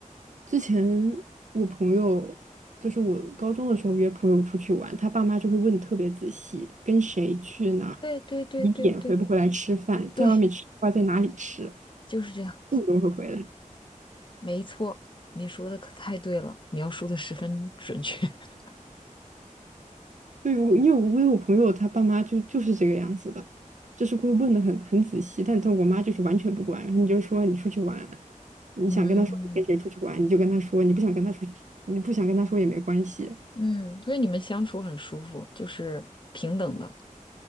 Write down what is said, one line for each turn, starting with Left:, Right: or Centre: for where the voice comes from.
Right: 之前我朋友就是我高中的时候约朋友出去玩，他爸妈就会问特别仔细，跟谁去哪儿
Left: 对对对对对
Right: 几点回不回来吃饭，
Left: 对，
Right: 在外面吃饭在哪里吃，
Left: 就是这样，
Right: 这种会回来。
Left: 没错，你说的可太对了，描述的十分准确。<laughs>
Right: 对，我因为我我有朋友，他爸妈就就是这个样子的，就是会问的很很仔细，但但我妈就是完全不管。然后你就说你出去玩，你想跟他说你跟谁出去玩，
Left: 嗯
Right: 你就跟他说，你不想跟他出去，你不想跟他说也没关系。
Left: 嗯，所以你们相处很舒服，就是平等的，